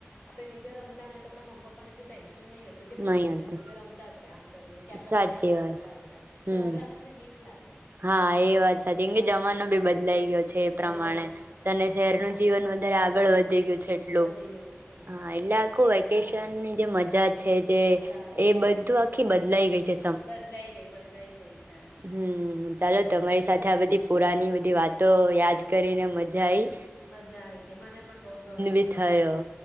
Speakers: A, on the left (about 55°); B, on the right (about 50°).
A: આપણે નીચે રમતા ને તો આપણા મમ પાપા ને એટલું ટેન્ નહી હતું કે ઠીક
B: નહી
A: છે
B: હતું
A: ને નીચે રમતા છે આમ કરીને કે આપણા
B: સાચી
A: ફળિયામાં
B: વાત
A: રમતા છે
B: હમ
A: પણ હવે આપણને બીક લાગે
B: હા એ વાત સાચી
A: હા
B: એ કે જમાનો બી બદલાઈ ગયો છે એ
A: હા
B: પ્રમાણે અને શહેરનું
A: હા
B: જીવન બ આગળ વધી યું એટલું
A: વધી ગયું છે
B: હા એટલે આખું
A: એજ
B: વેકેશનની
A: કારણે
B: જે મજા જે
A: મજા હતી
B: એ બધું આખી બદલાઈ ગઈ છે.
A: બદલાઈ ગઈ બદલાઈ ગઈ છે.
B: હમમ ચાલો તમારી સાથે આ બધી પુરાની બધી વાતો યાદ કરીને મજા આયી
A: મજા આવી ગઈ મને પણ બો ગયમુ
B: બી
A: તમાર
B: થયો